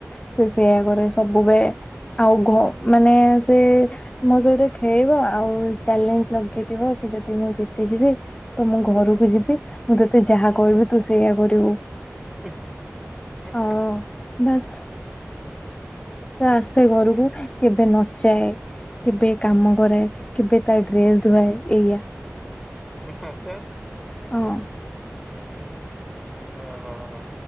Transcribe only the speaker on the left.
ସେଇଆ କରେ ସବୁବେ ଆଉ ଘ ମାନେ ସେ ମୋ ସହିତ ଖେଳିବ ଆଉ ଚ୍ୟାଲେଞ୍ଜ ଲଗେଇଥିବ କି ଯଦି ମୁଁ ଜିତିଯିବି ତ ମୁଁ ଘରକୁ ଯିବି ମୁଁ ତତେ ଯାହା କହିବି ତୁ ସେଇଆ କରିବୁ।
ଆଉ ବାସ୍ ସେ ଆସେ ଘରକୁ
କେବେ ନଚାଏ କେବେ କାମ କରାଏ କେବେ ତା ଡ୍ରେସ ଧୁଆଏ ଏଇଆ।
ହଁ